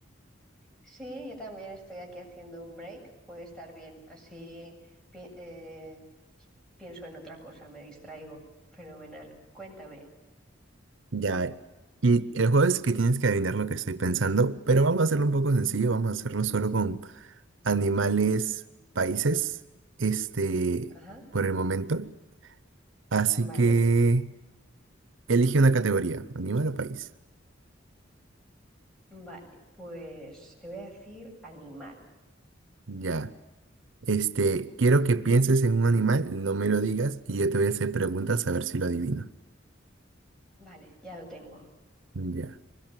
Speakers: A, in the centre; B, on the right.
A: Sí, yo también estoy aquí haciendo un break, puede estar bien, así pi- eh, pienso en otra cosa, me distraigo. Fenomenal, cuéntame.
B: Ya, y el juego es que tienes que adivinar lo que estoy pensando, pero vamos a hacerlo un poco sencillo, vamos a hacerlo solo con animales, países, este,
A: Ajá,
B: por el momento. Así
A: vale,
B: que elige una categoría, animal o país.
A: vale, pues te voy a decir animal.
B: Ya. Este, quiero que pienses en un animal, no me lo digas y yo te voy a hacer preguntas a ver si lo adivino.
A: Vale, ya lo tengo.
B: Ya.